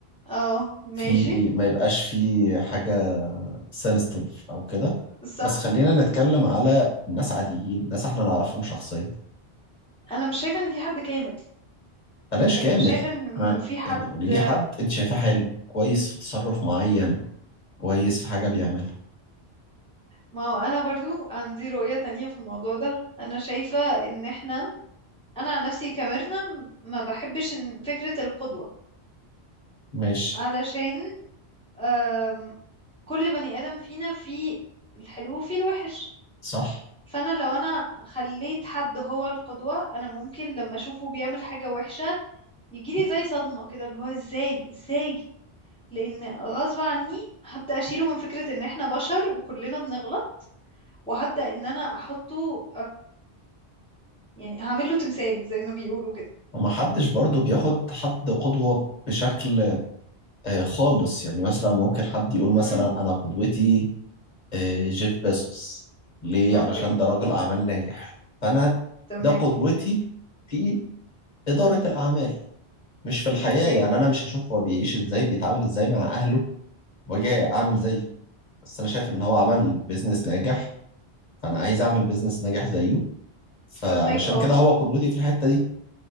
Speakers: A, in the centre; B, on the left.
A: اه
B: في
A: ماشي
B: ما يبقاش فيه حاجة سنستيف او كده
A: صح
B: بس خلينا نتكلم على ناس عاديين ناس احنا نعرفهم شخصيا
A: انا مش شايفه ان في حد كامل
B: بلاش
A: يعني
B: كامل
A: مش شايفه ان
B: انا
A: في حد
B: يعني قولي لي حد انت شايفاه حلو كويس في تصرف معين كويس في حاجة بيعملها
A: ما هو انا برضو عندي رؤية تانية في الموضوع ده انا شايفة ان احنا انا عن نفسي كميرنا م- ما بحبش إن فكرة القدوة
B: ماشي
A: علشان آم، كل بني ادم فينا فيه الحلو وفيه الوحش
B: صح
A: فانا لو انا خليت حد هو القدوة انا ممكن لما اشوفه بيعمل حاجة وحشة يجيلي زي صدمة كده اللي هو ازاي ازاي لان غصب عني هبدأ اشيله من فكرة ان احنا بشر وكلنا بنغلط وهبدأ ان انا احطه يعني هعمل له تمثال زي ما بيقولوا كده
B: ومحدش برضه بياخد حد قدوة بشكل آه، خالص يعني مثلا ممكن حد يقول مثلا
A: امم
B: أنا قدوتي آه، جيف بيزوس ليه؟
A: اوكي
B: علشان ده راجل أعمال ناجح فأنا
A: تمام
B: ده قدوتي في إدارة الأعمال مش في الحياة
A: اوكي
B: يعني أنا مش هشوف هو بيعيش إزاي بيتعامل إزاي مع أهله وأجي أعمل زيه بس أنا شايف إن هو عمل بيزنس ناجح فأنا عايز أعمل بيزنس ناجح زيه فعلشان
A: فهمك اه
B: كده هو قدوتي في الحتة دي